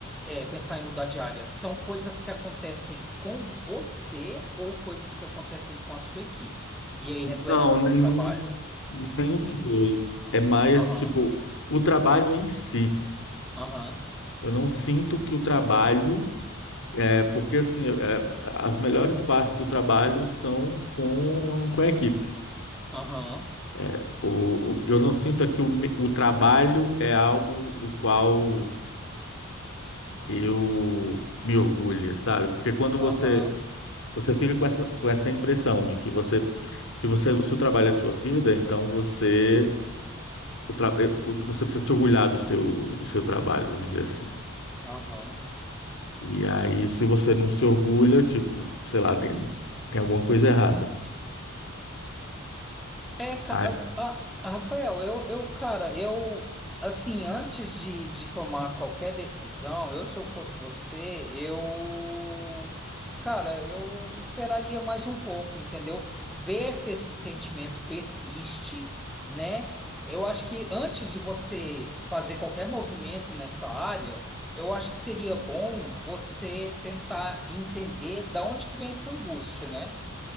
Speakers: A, in the centre; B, on the left (about 60°).
A: é, pensar em mudar de área, são coisas que acontecem com você ou coisas que acontecem com a sua equipe. E aí reflete
B: Não,
A: no seu
B: nenhum,
A: trabalho e
B: nenhum dos dois. É mais
A: aham,
B: tipo o trabalho em si.
A: aham,
B: Eu não sinto que o trabalho é porque assim é, as melhores partes do trabalho são com, com a equipe.
A: aham,
B: É, o, o- eu não sinto é que o, me- o trabalho é algo do qual eu me orgulho, sabe? Porque quando você
A: aham, aham.
B: Você fica com essa, com essa impressão de que você, se você, se o trabalho é a sua vida, então você, o tra, eh, tu- você precisa se orgulhar do seu, do seu trabalho, vamos dizer assim.
A: aham.
B: E aí, se você não se orgulha, tipo, sei lá, tem, tem alguma coisa errada.
A: É, ca-
B: Ah,
A: a- a- Rafael, eu, eu, cara, eu, assim, antes de, de tomar qualquer decisão, eu, se eu fosse você, eu, cara, eu esperaria mais um pouco, entendeu? Ver se esse sentimento persiste, né? Eu acho que antes de você fazer qualquer movimento nessa área, eu acho que seria bom você tentar entender da onde que vem essa angústia, né?